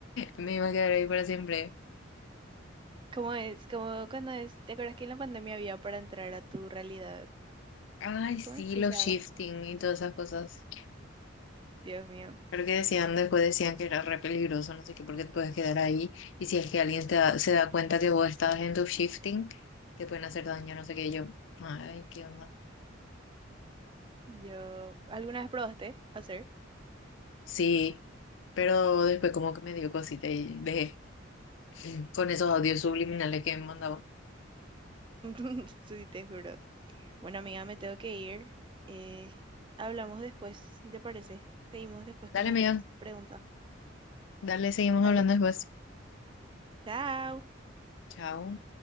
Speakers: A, on the left; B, on the right.
A: me iba a quedar ahí para siempre.
B: ¿Cómo es? Como cuando es, ¿te acuerdas que en la pandemia había para entrar a tu realidad?
A: Ay, sí,
B: ¿Cómo es? Deseada.
A: los shifting y todas esas cosas.
B: Dios mío.
A: Creo que decían, después decían que era re peligroso, no sé qué, porque te puedes quedar ahí. Y si es que alguien te da- se da cuenta que vos estás en tu shifting, te pueden hacer daño, no sé qué. y Yo, ay, qué onda.
B: Yo, ¿alguna vez probaste hacer?
A: Sí, pero después como que me dio cosita y dejé. eh, con esos audios subliminales que me mandaba.
B: <laughs> Sí, te juro. Bueno, amiga, me tengo que ir. Eh, hablamos después, si te parece. Seguimos después con
A: Dale,
B: las
A: amiga,
B: preguntas.
A: dale, seguimos
B: Dale.
A: hablando después.
B: Chao.
A: Chao.